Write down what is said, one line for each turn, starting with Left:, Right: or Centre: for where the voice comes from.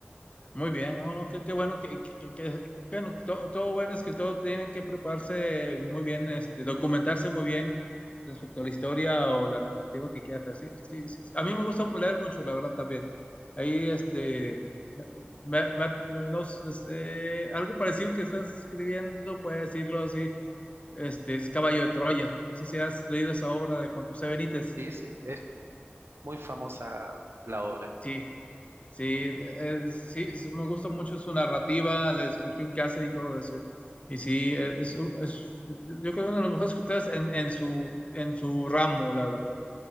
Left: Muy bien, no, no, qué, qué bueno que, que, que- que- bueno, to- todo buen escritor tiene que prepararse muy bien, este, documentarse muy bien respecto a la historia o la narrativa que quieras hacer. Sí, sí, sí. A mí me gusta leer mucho, la verdad, también. Ahí, este, me- me- no sé, eh, algo parecido que estás escribiendo, puede decirlo así, este, es Caballo de Troya. No sé si has leído esa obra de Juan José Benítez.
Right: Sí, sí, es muy famosa la obra.
Left: Sí. Sí, es- sí, es- me gusta mucho su narrativa, la descripción que hace y todo eso. Y sí, eh, es, es- yo creo que uno de los mejores escritores en, en su, en su ramo, la verdad.